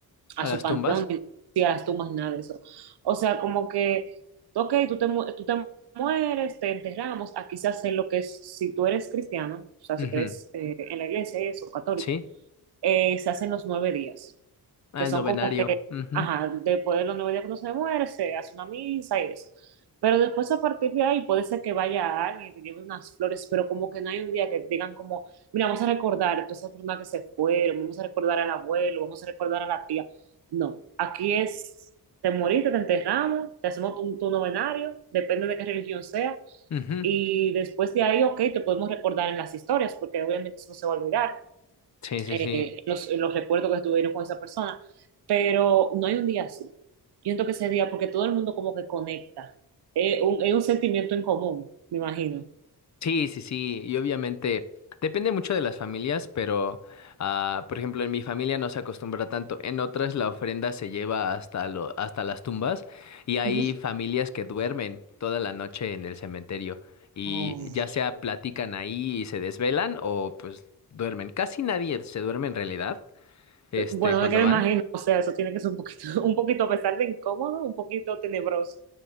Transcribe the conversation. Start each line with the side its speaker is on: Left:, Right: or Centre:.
Right: a
Left: a
Right: su
Left: las
Right: panteón,
Left: tumbas.
Right: ni ni a las tumbas, ni nada de eso. O sea, como que, ok, tú te, mu- tú te mueres, te enterramos, aquí se hace lo que es, si tú eres cristiano, o sea,
Left: Ujú.
Right: si crees eh, en la iglesia y eso, católico
Left: Sí.
Right: eh, se hacen los nueve días,
Left: Al
Right: que son
Left: novenario.
Right: como que,
Left: Ujú.
Right: ajá, después de los nueve días que uno se muere, se hace una misa y eso. Pero después a partir de ahí puede ser que vaya alguien y te lleve unas flores, pero como que no hay un día que digan como, mira, vamos a recordar a todas esas personas que se fueron, vamos a recordar al abuelo, vamos a recordar a la tía. No, aquí es, te moriste, te enterramos, te hacemos tu, tu novenario, depende de qué religión sea,
Left: Ujú.
Right: y después de ahí, ok, te podemos recordar en las historias, porque obviamente eso no se va a olvidar,
Left: Sí, sí,
Right: eh,
Left: sí.
Right: en los, en los recuerdos que estuvieron con esa persona, pero no hay un día así. Yo siento que ese día, porque todo el mundo como que conecta, es un, es un sentimiento en común, me imagino.
Left: Sí, sí, sí, y obviamente depende mucho de las familias, pero ah, por ejemplo en mi familia no se acostumbra tanto, en otras la ofrenda se lleva hasta lo, hasta las tumbas y hay
Right: Ujú.
Left: familias que duermen toda la noche en el cementerio y
Right: Oh.
Left: ya sea platican ahí y se desvelan o pues duermen. Casi nadie se duerme en realidad, este,
Right: Bueno,
Left: cuando
Right: no es que me
Left: van.
Right: imagino, o sea, eso tiene que ser un poquito, <laughs> un poquito, a pesar de incómodo, un poquito tenebroso.